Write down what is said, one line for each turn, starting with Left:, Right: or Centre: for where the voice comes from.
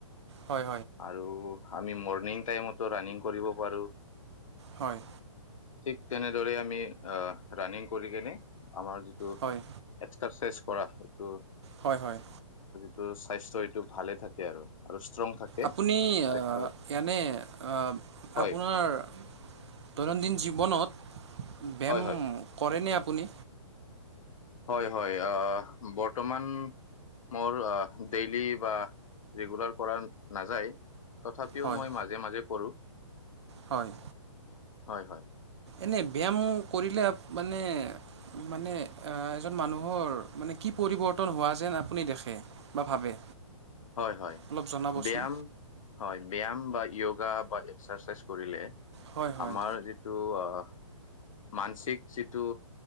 Right: হয়
Left: আৰু আমি মৰ্ণিং টাইমতো ৰাণিং কৰিব পাৰোঁ
Right: হয়
Left: ঠিক তেনেদৰে আমি আহ ৰাণিং কৰি কেনে আমাৰ যিটো
Right: হয়
Left: চেছ কৰা সেইটো
Right: হয় হয়
Left: ত স্বাস্থ্য এইটো ভালে থাকে আৰু আৰু ষ্ট্ৰং থাকে
Right: আপুনি
Left: স্বাস্থ্য
Right: ইনে আ
Left: হয়
Right: আপোনাৰ দৈনন্দিন জীৱনত ব্যায়াম
Left: হয় হয়
Right: কৰেনে আপুনি
Left: হয় হয় আঁ বৰ্তমান মোৰ ডেইলি বা ৰেগুলাৰ কৰা নাযায় তথাপিও
Right: হয়
Left: মই মাজে মাজে কৰোঁ
Right: হয়
Left: হয় হয়
Right: এনে ব্যায়াম কৰিলে মানে মানে এজন মানুহৰ মানে কি পৰিৱৰ্তন হোৱা যেন আপুনি দেখে বা ভাবে?
Left: হয় হয়
Right: অলপ জনাবচোন
Left: ব্যায়াম হয় ব্যায়াম বা য়োগা বা এক্সাৰচাইজ কৰিলে
Right: হয় হয়
Left: আমাৰ যিটো আহ মানসিক যিটো